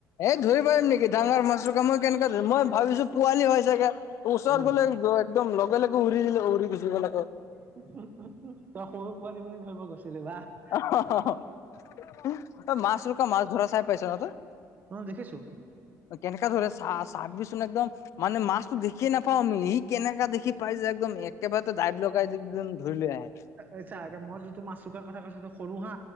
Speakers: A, on the left; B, on the right.
A: এই ধৰি পাৰিম নেকি ডাঙৰ মাছৰোকা মই কেনেকে ধৰিম? মই ভাবিছোঁ পোৱালি হয়। জেগা ওচৰত
B: উম
A: গ'লে <unintelligible> একদম লগে-লগে উৰি দিলে উৰি গুচি গ'ল আকৌ।
B: <unintelligible> তই সৰু পোৱালি বুলি ধৰিব গৈছিলি বাহ।
A: <unintelligible> অই মাছৰোকা, মাছ ধৰা চাই পাইছ ন' তই?
B: অ, দেখিছোঁ।
A: অ, কেনেকা ধৰে চাহ-চাবিচোন একদম মানে মাছটো দেখিয়ে নাপাওঁ অমলি কেনেকা দেখি পাই যে একদম একেবাৰতে দাইব লগাই যে একজন ধৰি লৈ আহে।
B: এই ছাঁ এতিয়া মই যিটো মাছৰোকা কথা কৈছোঁ এইটো সৰু হা